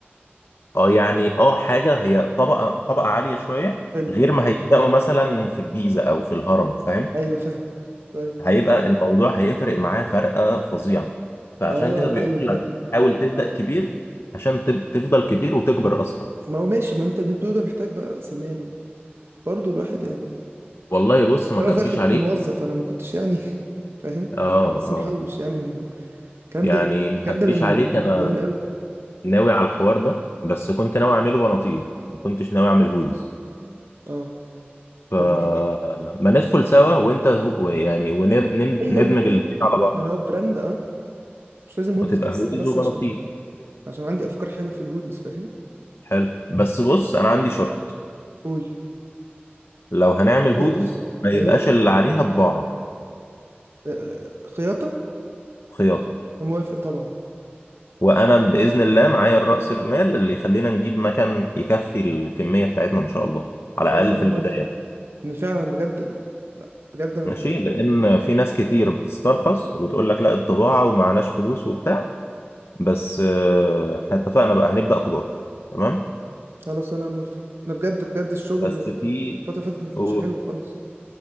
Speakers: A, on the left (about 85°); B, on the right (about 80°).
A: اه يعني اه حاجة هي طبقة طبقة عالية شوية
B: حلو
A: غير ما هيبدأوا مثلا في الجيزة أو في الهرم فاهم
B: ايوه فاهمك طيب
A: هيبقى الموضوع هيفرق معاه فرقة فظيعة فعشان
B: اه
A: كده بيقول
B: ايوه فهمت
A: لك حاول تبدأ كبير عشان تب- تفضل كبير وتكبر أسرع
B: ما هو ماشي ما انت اللي بتقوله ده محتاج بقى رأس مال برضه الواحد يعني
A: والله بص ما
B: انا
A: خبيش
B: في الاخر كنت
A: عليك
B: موظف انا ما كنتش يعني <laughs> فاهم
A: اه
B: بس محوش
A: اه
B: يعني من الكلام
A: يعني
B: ده
A: ما
B: الكلام
A: خبيش
B: ده من
A: عليك أنا
B: زمان قوي
A: ناوي على الحوار ده بس كنت ناوي أعمله بناطيل ما كنتش ناوي أعمل هوديز
B: اه
A: فما
B: طب ما إحنا-
A: ندخل سوا وأنت هو- يعني وندمج
B: ايوه الاثنين
A: الاتنين على بعض
B: يعني هو براند اه مش لازم
A: وتبقى
B: هوديز بس
A: هوديز
B: انا بس
A: وبناطيل
B: عشان عشان عندي افكار حلوه في الهوديز فاهم
A: حلو بس بص انا عندي شرط
B: قول
A: لو هنعمل هوديز
B: تؤمر
A: ما يبقاش
B: ايوه
A: اللي عليها طباعة
B: آه، آه، خياطه
A: خياطة
B: أنا موافق طبعا
A: وانا باذن الله معايا الرأس المال اللي يخلينا نجيب مكان يكفي الكمية بتاعتنا ان شاء الله على
B: خلاص
A: الاقل
B: انا
A: في البداية
B: موافق ان فعلا بجد ال- لا بجد انا
A: ماشي لان في ناس كتير بتسترخص وبتقول لك لا الطباعة ومعناش فلوس وبتاع بس آه، احنا اتفقنا بقى هنبدأ كبار تمام
B: خلاص انا موافق انا بجد بجد الشغل
A: بس في
B: الفترة اللي فاتت ما كانش
A: و-
B: حلو خالص